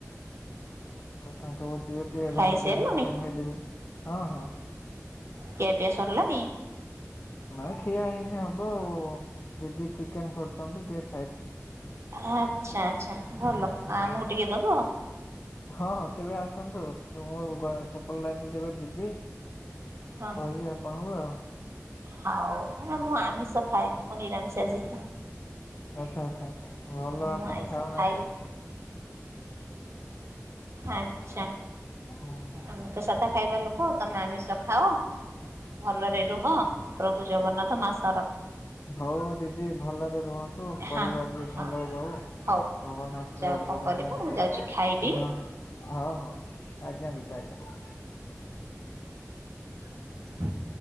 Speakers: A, on the left; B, on the right.
A: ଆଉ ତାଙ୍କ ପତି ବି ଟିଏ
B: ଖାଇସାରିଲଣି
A: ଧ୍ୟାନ ଦିଅନ୍ତୁ ଫ୍ୟାମିଲି ବି ହଁ ହଁ।
B: କିଆ ପିଆ ସରଲାଣିି?
A: ନାଇଁ ଖିଆ ହେଇନି ହବ ଆଉ ଦିଦି ଚିକେନ କରୁଚନ୍ତି ଟିଏ
B: ଆଚ୍ଛା ଆଚ୍ଛା ଭଲ
A: ହଁ।
B: ଆ ଆମୁକୁ ଟିକେ ଦବ?
A: ହଁ ହଁ କେବେ ଆସନ୍ତୁ ଏ ମୁଁ ଗ ସେପଟ ଲାଇନ ଦେବେ ଦିବି
B: ହଁ
A: କହିବି ଆପଣଙ୍କୁ ଆଉ।
B: ହଉ ନା ମୁଁ ଆମିଷ ଖାଏନି ମୁଁ ନିରାମିଷ ଆଜି।
A: ଆଚ୍ଛା ଆଚ୍ଛା ଭଲ
B: ମୁଁ
A: ଆପଣ
B: ଆଇଁଷ
A: ଖାଉନାହାତି।
B: ଖାଏନି ଆଚ୍ଛା।
A: ହୁଁ।
B: ଆମେ ତ ସାଧା ଖାଇବା ଲୋକ ତମେ ଆମିଷ ଖାଅ ଭଲରେ ରୁହ। ପ୍ରଭୁ ଜଗନ୍ନାଥ ମାସ୍
A: ହଉ ଦିଦି ଭଲରେ ରୁହନ୍ତୁ ପରିବାର
B: ହଁ
A: ବି ଭଲରେ
B: ହଁ
A: ରହୁ।
B: ହଉ।
A: ଭଗବାନ ଆଶୀର୍ବାଦ
B: ଯାଉ କଣ
A: କରନ୍ତୁ
B: କରିବ
A: ଏମତି
B: ମୁଁ ଯାଉଛି ଖାଇଦିଏ
A: ହଁ। ହଁ ହଁ ଆଜ୍ଞା ଦିଦି ଆଜ୍ଞା।
B: ହ